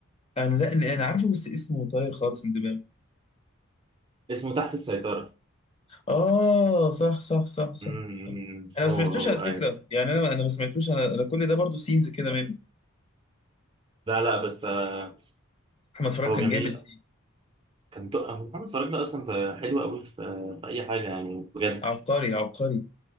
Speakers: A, on the left; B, on the right.
A: انا لا انا عارفه بس اسمه طاير خالص من دماغي
B: اسمه تحت السيطرة
A: آه صح صح صح صح,
B: امم
A: صح. أنا
B: هو
A: ما سمعتوش
B: هو
A: على فكرة
B: اي
A: يعني أنا أنا ما سمعتوش أنا أنا كل ده برضو سينز كده منه
B: لا لا بس آه،
A: أحمد فراج
B: هو
A: كان
B: جميل
A: جامد فيه
B: كان تو- هو محمد فراج ده اصلا ف- حلو قوي في آه، في اي حاجة يعني بجد
A: عبقري عبقري